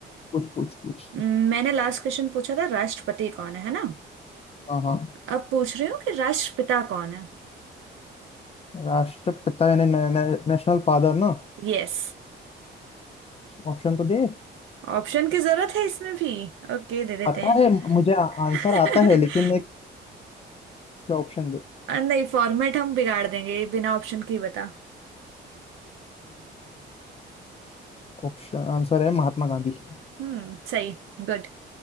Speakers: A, on the left; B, on the right.
A: कुछ कुछ कुछ
B: हम्म, मैंने लास्ट क्वेश्चन पूछा था राष्ट्रपति कौन है है ना
A: हाँ हाँ
B: अब पूछ रही हूँ कि राष्ट्रपिता कौन है
A: राष्ट्रपिता यानी ने, ने, नेशनल फादर ना
B: यस
A: ऑप्शन तो दे
B: ऑप्शन की जरूरत है इसमें भी ओके दे देते
A: पता है मुझे आंसर
B: हैं
A: आता है लेकिन
B: <laughs>
A: एक ऑप्शन दे
B: अ, नहीं फॉर्मेट हम बिगाड़ देंगे ये बिना ऑप्शन के ही बता
A: ऑप्शन आंसर है महात्मा गांधी
B: हम्म सही गुड